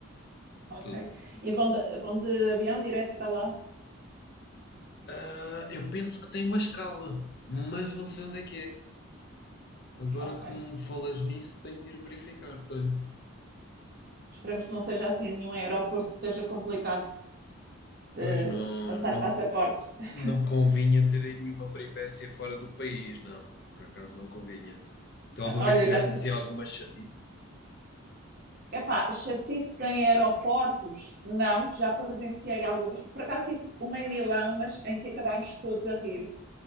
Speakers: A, on the right; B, on the left.
A: ok.
B: tudo.
A: E vão de, vão de avião direto para lá?
B: Ah, eu penso que tem uma escala, mas não sei onde é que é. Agora
A: Ok.
B: que me falas nisso, tenho de ir verificar. Tenho.
A: Esperemos que não seja assim em nenhum aeroporto que esteja complicado de
B: Pois não,
A: passar
B: não.
A: passaportes. <laughs>
B: Não convinha ter nenhuma peripécia fora do país, não. Por acaso não convinha. Tu alguma
A: Olha,
B: vez tiveste
A: eu já tive,
B: assim alguma chatice?
A: Epá, chatice em aeroportos? Não, já presenciei algumas. Por acaso tive uma em Milão, mas em que acabámos todos a rir.